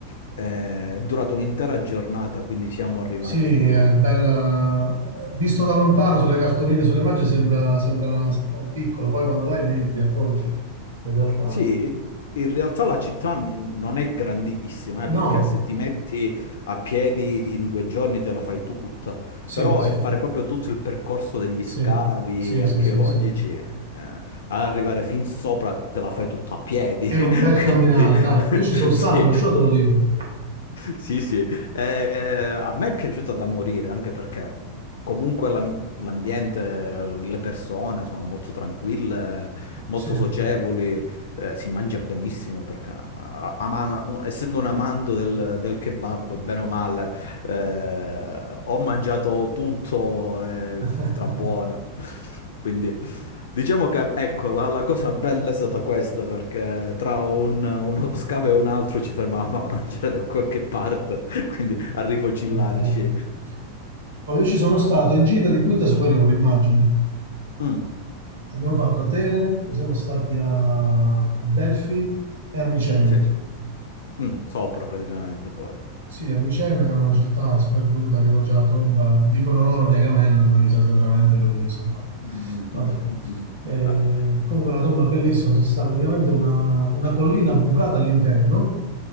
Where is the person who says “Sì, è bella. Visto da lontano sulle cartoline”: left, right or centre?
Right